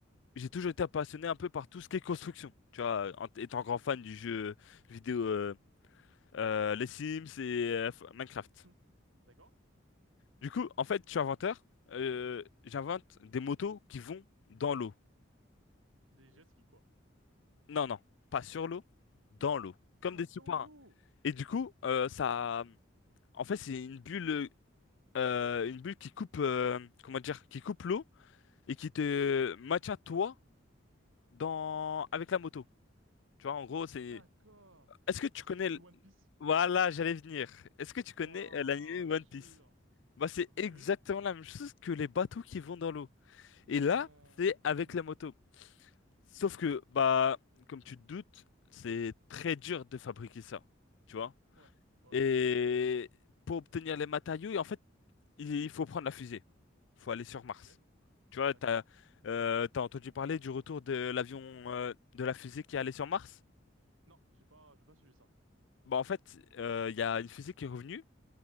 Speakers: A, on the left; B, on the right.
A: j'ai toujours été passionné un peu par tout ce qui est construction. Tu vois, en étant grand fan du jeu vidéo, euh, euh, les Sims et euh, F- Minecraft.
B: <laughs> D'accord.
A: Du coup, en fait, je suis inventeur. euh, j'invente des motos qui vont dans l'eau
B: Des jet skis, quoi.
A: Non, non, pas sur l'eau, dans l'eau, comme
B: Ah,
A: des
B: dans
A: sous-marins.
B: l'eau!
A: Et du coup, euh, ça, en fait, c'est une bulle, euh, une bulle qui coupe, euh, comment dire, qui coupe l'eau et qui te maintient toi dans avec la moto. Tu vois, en gros, c'est.
B: D'accord.
A: Est-ce que tu
B: Est-ce
A: connais,
B: que t'as vu
A: l-
B: One Piece?
A: voilà, j'allais venir. Est-ce que tu connais
B: Waouh,
A: euh, l'anime
B: jure.
A: One Piece? Bah, c'est
B: Ça- oui,
A: exactement
B: oui, oui.
A: la même chose que les bateaux qui vont dans l'eau.
B: Mais
A: Et là,
B: non,
A: c'est
B: mais t'es
A: avec
B: un génie,
A: la
B: toi.
A: moto. Sauf que, bah, comme tu te doutes, c'est très dur de fabriquer ça. Tu vois?
B: Ouais, ouais,
A: Et
B: c'est sûr.
A: pour obtenir les matériaux, et en fait, il il faut prendre la fusée. Il faut aller sur Mars.
B: Ok,
A: Tu vois,
B: d'accord.
A: t'as, euh, t'as entendu parler du retour de l'avion, euh, de la fusée qui est allée sur Mars?
B: Non, j'ai pas, j'ai pas suivi ça.
A: Bah, en fait, euh, il y a une fusée qui est revenue